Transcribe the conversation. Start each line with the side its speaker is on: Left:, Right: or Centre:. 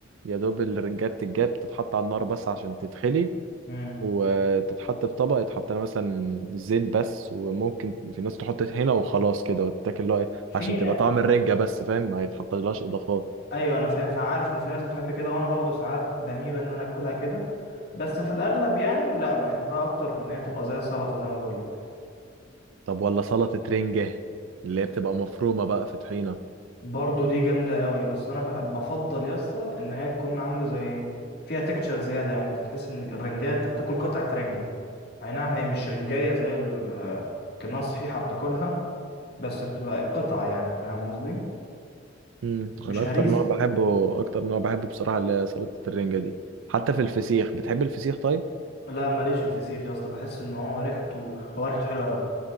Right: يا دوب الرنجات تتجاب تتحط على النار بس عشان تتخلي
Left: امم
Right: وتتحط في طبق يتحط لها مثلا زيت بس وممكن في ناس تحط طحينه وخلاص كده وتتاكل اللي هو إيه،
Left: في
Right: عشان تبقى
Left: ن-
Right: طعم الرنجه بس فاهم ما يتحطلهاش اضافات
Left: ايوه انا فاهم فعارف ان في ناس بتحب كده وانا برضو ساعات بميل ان انا اكلها كده بس في الاغلب يعني لا بحبها اكتر بان هي تبقى زي سلطة زي ما بقولك
Right: طب ولا سلطه رنجه اللي هي بتبقى مفرومه بقى في طحينه
Left: برضو دي جامدة قوي بس انا بح- بفضل يا اسطى ان هي تكون عاملة زي فيها تكتشر زيادة يعني انت تحس ان الرنجاية انت بتاكل قطعة رنجة اي نعم هي مش رنجاية زي الكناس صحيحة بتاكلها بس بتبقى قطعة يعني فاهم قصدي
Right: امم
Left: مش
Right: انا
Left: هريسة
Right: اكتر نوع بحبه اكتر نوع بحبه بصراحه اللي هي سلطه الرنجه دي حتى في الفسيخ بتحب الفسيخ طيب
Left: لا ماليش في الفسيخ يا اسطى بحس ان هو ريحته هو ريحته حلوه قوي